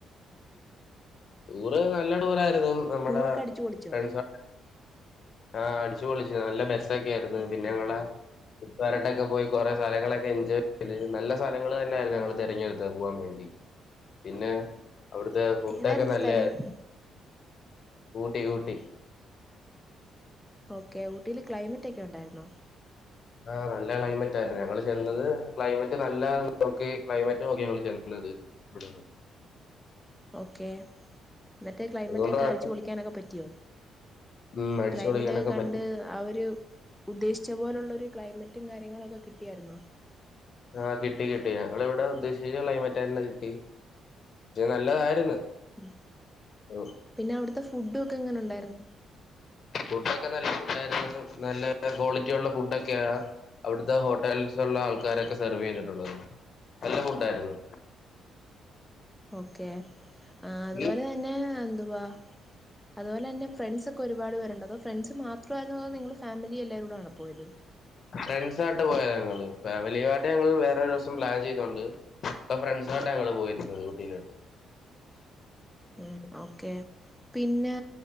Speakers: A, on the left; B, in the centre.
A: ടൂർ നല്ല ടൂർ ആയിരുന്നു നമ്മടെ
B: ടൂറൊക്കെ അടിച്ചു പൊളിച്ചോ
A: ഫ്രണ്ട്‌സ് ആഹ അടിച്ചു പൊളിച്ചു നല്ല ബസ്സൊക്കെ ആയിരുന്നു
B: ഓക്കെ
A: പിന്നെ കൂട്ടുകാരൊക്കെ ആയിട്ട് പോയി കുറെേ സ്ഥലങ്ങളൊക്കെ എൻജോയ് ചെയ്ത് നല്ല സ്ഥലങ്ങൾ തന്നെയായിരുന്നു. ഞങ്ങൾ തിരഞ്ഞെടുത്ത് പോകാൻ വേണ്ടി. പിന്നെ അവിടുത്തെ ഫുഡൊക്കെ
B: ഏതായിരുന്നു
A: നല്ല
B: സ്ഥലം
A: ഊട്ടി ഊട്ടി
B: ഓക്കേ ഊട്ടിൽ ക്ലൈമറ്റ് ഒക്കെ ഉണ്ടായിരുന്നോ.
A: ആഹ നല്ല ക്ലൈമറ്റ് ആയിരുന്നു. ഞങ്ങൾ ചെന്നത് ക്ലൈമറ്റ് നല്ല നോക്കി ക്ലൈമറ്റ് നോക്കി ഞങ്ങൾ ചെന്നത്. <unintelligible>
B: ഓക്കെ എന്നിട്ട് ക്ലൈമറ്റ്
A: അതുകൊണ്ട്
B: ഒക്കെ
A: കുഴപ്പം
B: അടിച്ചു പൊളിക്കാൻ പറ്റിയോ.
A: ഉം അടിച്ചു
B: ക്ലൈമറ്റ്
A: പൊളിക്കാനൊക്കെ
B: ഒക്കെ കണ്ട്
A: പറ്റി
B: ആ ഒരു ഉദ്ദേശിച്ച പോലുള്ള ഒരു ക്ലൈമറ്റ് മറ്റും കാര്യങ്ങളും ഒക്കെ കിട്ടിയായിരുന്നോ.
A: ആഹ കിട്ടി കിട്ടി ഞങ്ങൾ ഇവിടെ ഉദ്ദേശിച്ച ക്ലൈമറ്റ് തന്നെ കിട്ടി. പക്ഷെ നല്ലതായിരുന്നു.
B: ഉ
A: ഉം.
B: പിന്നെ അവിടുത്തെ ഫുഡും ഒക്കെ എങ്ങനെ ഉണ്ടായിരുന്നു.
A: ഫുഡ് ഒക്കെ നല്ല ഫുഡ ആയിരുന്നു നല്ല ക്വാളിറ്റി ഉള്ള ഫുഡൊക്കെയ അവിടുത്തെ ഹോട്ടല ആൾക്കാരൊക്കെ സെർവ് ചെയ്തിട്ടുള്ളത് നല്ല ഫുഡ ആയിരുന്നു.
B: ഓക്കെ അതുപോലെ
A: നീ
B: തന്നെ അ അതുപോലെ തന്നെ ഫ്രണ്ട്സ് ഒക്കെ ഒരുപാട് പേരുണ്ട് അ ഫ്രണ്ട്സ് മാ നിങ്ങൾ ഫാമിലി എല്ലരൂട ആണ് പോയത്.
A: ഫ്രണ്ട്സായിട്ട് പോയതാ ഞങ്ങള് ഫാമിലിയായിട്ട് ഞങ്ങൾ വേറൊ ഒരു ദിവസം പ്ലാൻ ചെയ്തണ്ട് ഇപ്പൊ ഫ്രണ്ട്സ് ആയിട്ടാ ഞങ്ങൾ പോയിരിക്കുന്നത് ഊട്ടിലോട്ട്
B: ഉം ഓക്കെ പിന്നെ